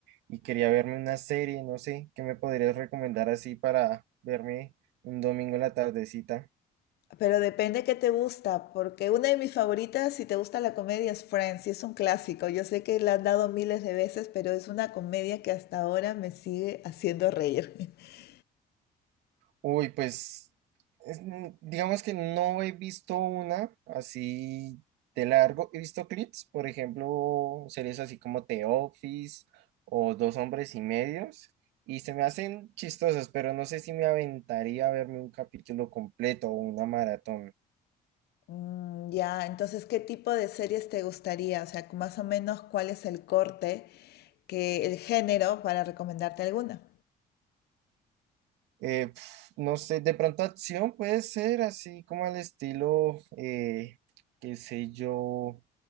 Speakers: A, on the right; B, on the left.
A: y quería verme una serie, no sé, ¿qué me podrías recomendar así para verme un domingo en la tardecita?
B: Pero depende qué te gusta, porque una de mis favoritas, si te gusta la comedia, es Friends, y es un clásico. Yo sé que la han dado miles de veces, pero es una comedia que hasta ahora me sigue haciendo reír. <laughs>
A: Uy, pues es- mm, digamos que no he visto una así de largo. He visto clips, por ejemplo, series así como The Office o Dos Hombres y Medios, y se me hacen chistosas, pero no sé si me aventaría a verme un capítulo completo o una maratón.
B: Mm, ya, entonces, ¿qué tipo de series te gustaría? O sea, más o menos, ¿cuál es el corte, que el género para recomendarte alguna?
A: Eh, pf, no sé, de pronto acción puede ser así como al estilo, eh, qué sé yo,